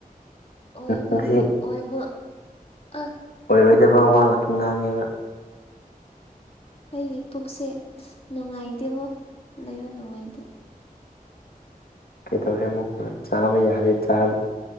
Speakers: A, on the left; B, on the left.
A: ꯑꯣꯏꯕꯒꯤ
B: ꯅꯪꯁꯤ
A: ꯑꯣꯏꯕ ꯑꯍ
B: ꯑꯣꯏꯔꯣꯏꯗꯕ ꯋꯥ ꯉꯥꯛꯇ ꯉꯥꯡꯉꯤꯕ
A: ꯑꯩꯒꯤ ꯄꯨꯛꯁꯦ ꯅꯨꯡꯉꯥꯏꯇꯦꯕꯣ ꯂꯩꯕ ꯅꯨꯡꯉꯥꯏꯇꯦ
B: ꯀꯩꯗꯧꯔꯦ ꯑꯃꯨꯛ ꯆꯥꯕ ꯌꯥꯔꯦ ꯆꯥꯕ